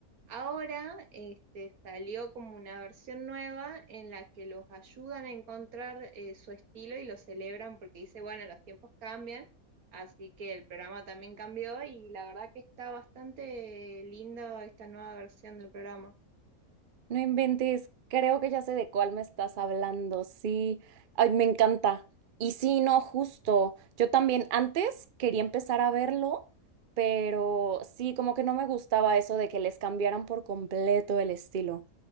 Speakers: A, on the right (about 75°); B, on the right (about 50°).
A: Ahora este, salió como una versión nueva en la que los ayudan a encontrar eh, su estilo y lo celebran porque dice, bueno, los tiempos cambian, así que el programa también cambió y la verdad que está bastante lindo esta nueva versión del programa.
B: No inventes, creo que ya sé de cuál me estás hablando, sí. Ay, me encanta. Y sí, no, justo. Yo también antes quería empezar a verlo, pero sí, como que no me gustaba eso de que les cambiaran por completo el estilo.